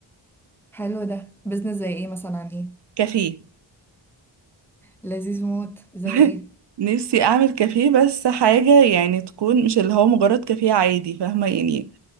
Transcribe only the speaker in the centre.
حلو ده بزنس زي ايه مثلا عن ايه
لذيذ موت زي
ايه